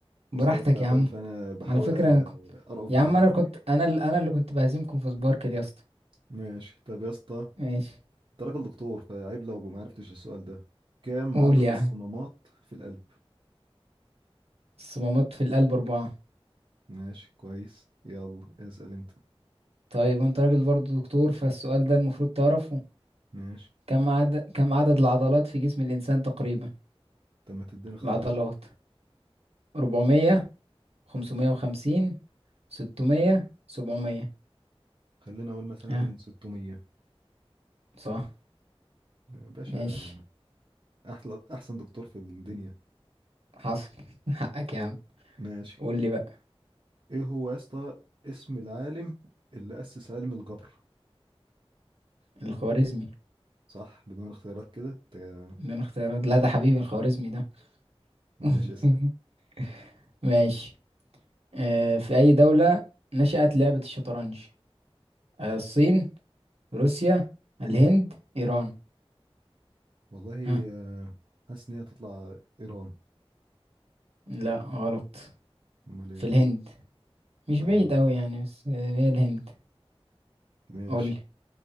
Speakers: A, on the right (about 80°); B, on the right (about 50°).
A: براحتك
B: مستواك تعبان
A: يا عم
B: فأنا بحاول
A: على فكرة أنا كنت...
B: أرأف
A: يا
B: بحالك
A: عم أنا كنت أنا ال... أنا اللي كنت بهزمكم في سباركل يا اسطى
B: ماشي طب يا اسطى
A: ماشي
B: أنت راجل دكتور فعيب لو ما عرفتش السؤال ده كام
A: قول
B: عدد
A: يا
B: الصمامات
A: عم
B: في القلب
A: الصمامات في القلب أربعة
B: ماشي كويس يلا اسأل أنت
A: طيب وأنت راجل برضه دكتور فالسؤال ده المفروض تعرفه
B: ماشي
A: كم عدد كم عدد العضلات في جسم الإنسان تقريبا
B: طب ما تديني اختيارات
A: العضلات
B: كده
A: 400 550 600 700
B: خلينا اقول مثلا
A: ها
B: 600
A: صح
B: باشا
A: ماشي
B: احلى احسن دكتور في الدنيا
A: حصل <laughs> حقك يا عم
B: ماشي
A: قول لي بقى
B: ايه هو يا اسطى اسم العالم اللي اسس علم الجبر
A: الخوارزمي
B: صح بدون اختيارات كده تا-
A: ده اختيارات لا ده حبيبي الخوارزمي ده
B: ماشي
A: <laughs>
B: اسال
A: ماشي آه في أي دولة نشأت لعبة الشطرنج آه الصين روسيا الهند إيران
B: والله
A: ها
B: آه، حاسس ان هي هتطلع ايران
A: لا غلط
B: امال
A: في
B: ايه
A: الهند مش
B: اه
A: بعيد أوي يعني بس آه، هي الهند
B: ماشي
A: قول لي